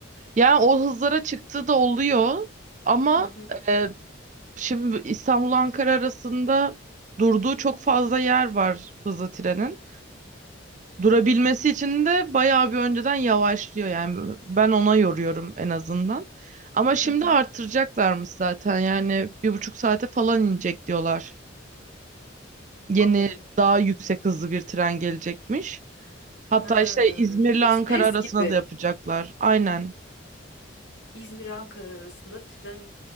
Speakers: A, on the right; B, on the left.
A: Yani o hızlara çıktığı da oluyor. Ama
B: Hı hı,
A: e, Şimdi İstanbul Ankara arasında durduğu çok fazla yer var hızlı trenin. Durabilmesi için de bayağı bir önceden yavaşlıyor yani ben ona yoruyorum en azından. Ama şimdi
B: hı hı.
A: artıracaklarmış zaten yani bir buçuk saate falan inecek diyorlar. Yeni
B: Anladım.
A: daha yüksek hızlı bir tren gelecekmiş. Hatta
B: Ha,
A: işte İzmir'le Ankara
B: ekspres
A: arasına
B: gibi.
A: da yapacaklar. Aynen.
B: İzmir-Ankara arasında tren